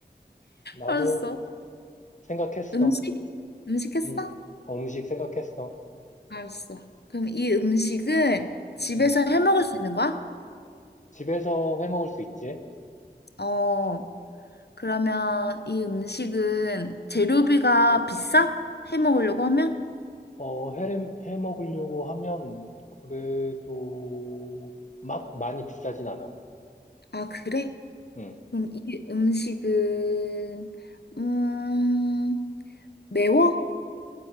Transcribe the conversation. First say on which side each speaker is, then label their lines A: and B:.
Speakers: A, on the left (about 45°); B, on the left (about 70°).
A: 나도
B: 알았어.
A: 생각했어.
B: 음식? 음식 했어?
A: 음, 음식 생각했어.
B: 알았어. 그럼 이 음식은 집에서
A: 음,
B: 해 먹을 수 있는 거야?
A: 집에서 해 먹을 수 있지?
B: 어, 그러면 이 음식은 재료비가 비싸? 해 먹으려고 하면?
A: 어, 해, 해 먹으려고 하면 그래도 막 많이 비싸진 않아.
B: 아, 그래?
A: 응.
B: 그럼 이 음식은, 음, 매워?